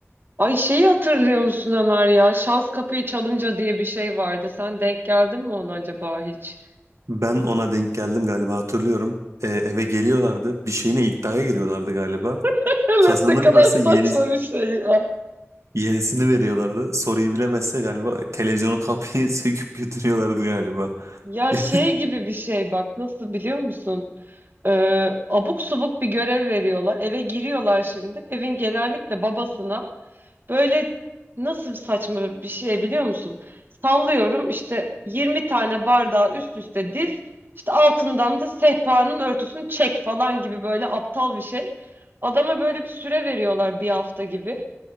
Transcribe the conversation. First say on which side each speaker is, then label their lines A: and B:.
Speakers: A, on the right (about 45°); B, on the right (about 85°).
A: Ay şeyi hatırlıyor musun Ömer ya? Şans kapıyı çalınca diye bir şey vardı. Sen denk geldin mi ona acaba hiç?
B: Ben ona denk geldim galiba hatırlıyorum. Ee, eve geliyorlardı bir şeyine iddiaya giriyorlardı galiba.
A: <laughs> Evet
B: Kazanırlarsa
A: ne kadar
B: yeni,
A: saçma bir şey ya.
B: yenisini veriyorlardı. Soruyu bilemezse galiba televizyonu kapıyı <laughs> söküp götürüyorlardı galiba.
A: Ya
B: <laughs>
A: şey gibi bir şey bak nasıl biliyor musun? Ee, abuk subuk bir görev veriyorlar. Eve giriyorlar şimdi. Evin genellikle babasına. Böyle nasıl saçma bir şey biliyor musun? Sallıyorum işte 20 tane bardağı üst üste diz, işte altından da sehpanın örtüsünü çek falan gibi böyle aptal bir şey. Adama böyle bir süre veriyorlar bir hafta gibi.